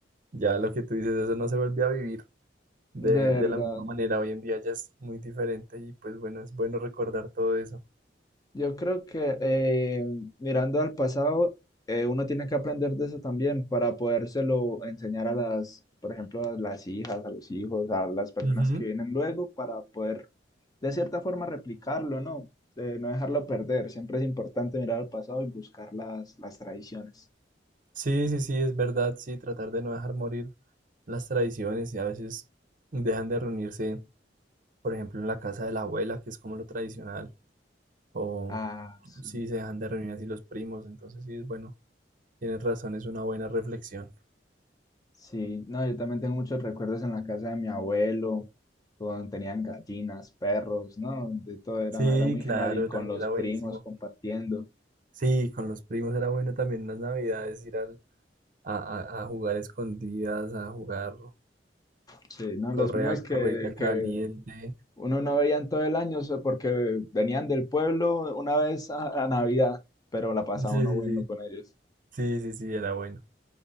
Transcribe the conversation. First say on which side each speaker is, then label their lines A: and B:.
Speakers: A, on the right; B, on the left.
A: ya lo que tú dices, eso no se vuelve a vivir de,
B: De verdad.
A: de la misma manera. Hoy en día ya es muy diferente y pues bueno, es bueno recordar todo eso.
B: Yo creo que eh, mirando al pasado, eh, uno tiene que aprender de eso también para podérselo enseñar a las, por ejemplo, a las hijas, a los hijos, a las personas
A: Ujú.
B: que vienen luego, para poder de cierta forma replicarlo, ¿no? Eh, no dejarlo perder. Siempre es importante mirar al pasado y buscar las, las tradiciones.
A: Sí, sí, sí, es verdad, sí, tratar de no dejar morir. las tradiciones y a veces dejan de reunirse, por ejemplo, en la casa de la abuela, que es como lo tradicional, o
B: Ah, sí.
A: si se dejan de reunir así los primos, entonces sí es bueno, tienes razón, es una buena reflexión.
B: Sí, no, yo también tengo muchos recuerdos en la casa de mi abuelo, cuando tenían gallinas, perros, ¿no? De todo era,
A: Sí,
B: era muy
A: claro,
B: genial y con
A: también
B: los
A: era
B: primos
A: buenísimo.
B: compartiendo.
A: Sí, con los primos era bueno también en las navidades ir al- a, a- a jugar escondidas, a jugar
B: Sí, no, los
A: correa,
B: primos
A: correita
B: que,
A: caliente.
B: que uno no veía en todo el año, o sea, porque venían del pueblo una vez a, a Navidad, pero la pasaba
A: Sí, sí,
B: uno bueno
A: sí,
B: con ellos.
A: sí, sí, sí, era bueno.